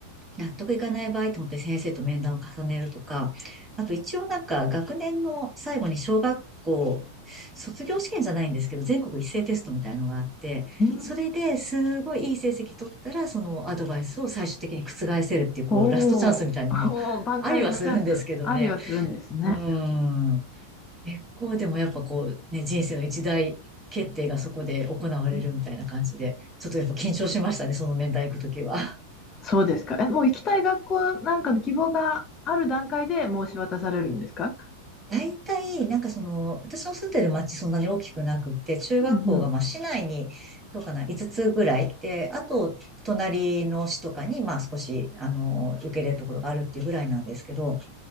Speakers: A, on the right (about 20°); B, on the left (about 25°).
A: 納得いかない場合と思って本当に先生と面談を重ねるとか、あと一応なんか学年の最後に小学校、卒業試験じゃないんですけど、全国一斉テストみたいのがあって、
B: うん
A: それですごいいい成績取ったら、そのアドバイスを最終的に覆せるっていう、こう、
B: お
A: ラストチャンスみたいのもありはするんですけどね。
B: お。おお、挽回のチャンスありはするんですね。
A: うーん。結構でもやっぱこう、ね、人生の一大決定がそこで行われるみたいな感じで、
B: うん
A: ちょっとやっぱ緊張しましたね、その面談行くときは。
B: そうですか。え、もう行きたい学校なんかの希望がある段階で申し渡されるんですか
A: 大体、なんかその、私の住んでる町そんなに大きくなくって、中学校がまあ市内に、
B: うん
A: どうかな、5つつぐらい。で、あと、隣の市とかに、まあ少し、あの、受け入れるところがあるっていうぐらいなんですけど、